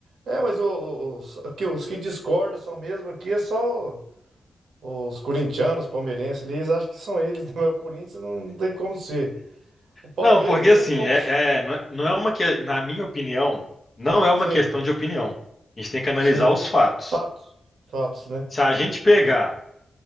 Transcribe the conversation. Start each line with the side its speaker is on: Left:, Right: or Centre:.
Right: É, mas o- o- os, que, os que discordam são mesmo aqui é só os corintianos, palmeirenses ali, eles acham que são eles, né? Mas o Corinthians não tem como ser. O Palmeiras
Left: Não, porque
Right: não
Left: assim,
Right: tem como.
Left: é, é- não é- não é uma que, na minha opinião, não é uma
Right: Sim.
Left: questão de opinião. A gente tem que analisar
Right: Sim,
Left: os fatos.
Right: fatos, fatos, né?
Left: Se a gente pegar